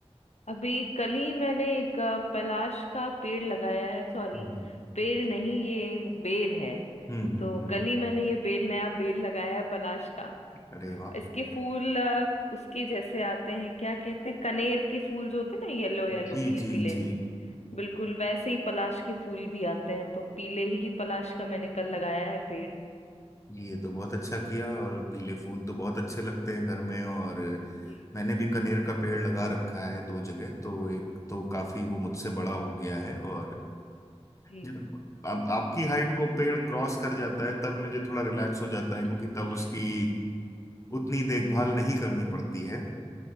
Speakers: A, on the left (about 80°); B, on the left (about 30°).
A: अभी कल ही मैंने एक अ, पलाश का पेड़ लगाया है सॉरी
B: हम्म।
A: पेड़ नहीं ये वो बेल है
B: हम्म हम्म
A: तो
B: हम्म
A: कल ही मैंने ये बेल नया बेल लगाया है पलाश का
B: अरे वाह
A: इसके फूल अ, उसके जैसे आते हैं क्या कहते हैं कनेर के फूल जो होते हैं ना येलो येलो
B: जी
A: पीले
B: जी
A: पीले
B: जी
A: बिल्कुल वैसे ही पलाश के फूल भी आते हैं तो पीले ही पलाश का मैंने कल लगाया है पेड़
B: ये तो बहुत अच्छा किया और पीले फूल तो बहुत
A: जी
B: अच्छे लगते हैं घर में और
A: जी
B: मैंने भी कनेर का पेड़ लगा रखा है दो जगह तो एक तो काफी वो मुझसे बड़ा हो गया है और
A: जी
B: जब अब आपकी हाइट को पेड़ क्रॉस कर जाता है तब मुझे थोड़ा रिलैक्स हो जाता
A: <laughs>
B: है क्योंकि तब उसकी उतनी देखभाल नहीं करनी पड़ती है